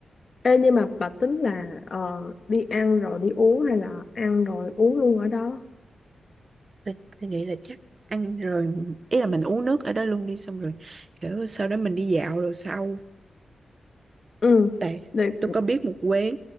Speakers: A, on the left; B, on the right.
A: Ê, nhưng mà bà tính là ờ, đi ăn rồi đi uống hay là ăn rồi uống luôn ở đó?
B: thì, thì nghĩ là chắc ăn rồi ý là mình uống nước ở đó luôn đi xong rồi kiểu sau đó mình đi dạo rồi sau
A: Ừ,
B: tại
A: được.
B: tôi có biết một quán